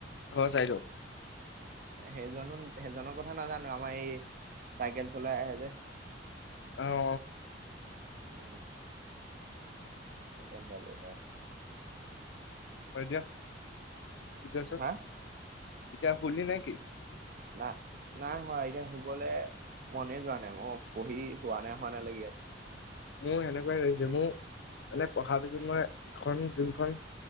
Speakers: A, on the left; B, on the right.
A: ঘৰ চাইদৰ
B: সেইজনো সেইজনৰ কথা নাজানোঁ আমাৰ এই চাইকেল চলাই আহে যে
A: অহ'
B: উম। এজন যাব পাই
A: হয় দিয়া, কি কৈছা,
B: হা
A: এতিয়া শুলি নেকি?
B: না নাই শুৱা এতিয়া শুবলৈ মনে যোৱা নাই, মই পঢ়ি হোৱা নাই, হোৱা নাই লাগি আছে।
A: মোৰ হেনেকুৱাই লাগিছে মোৰ মানে পঢ়াৰ পিছত মই এখন যোনখন